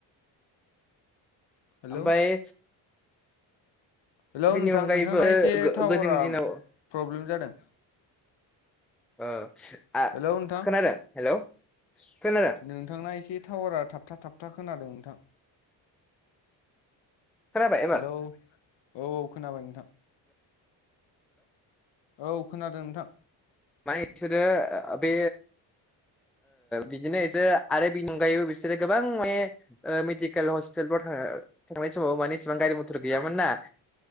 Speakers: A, on the left; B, in the centre.
A: हेलौ
B: ओमफाय
A: हेलौ नोंथां
B: अनगायैबो
A: नोंथांना एसे
B: गोदोनि
A: टावारा
B: दिनाव
A: फ्रब्लेम जादों।
B: ओ आ
A: हेलौ नोंथां
B: खोनादों हेलौ। खोनादों
A: नोंथांना एसे टावारा थाबथा थाबथा खोनादों नोंथां।
B: खोनाबाय एबार
A: हेलौ औ औ खोनाबाय नोंथां। औ खोनादों नोंथां।
B: मानि इसोरो आ बे बिदिनो एसोर आरो बिनि अनगायैबो बिसोरो गोबां माने ओ मेडिकेल हस्पिटालफोराव थांनाय समाव माने इसिबां गारि मथर गैयामोन ना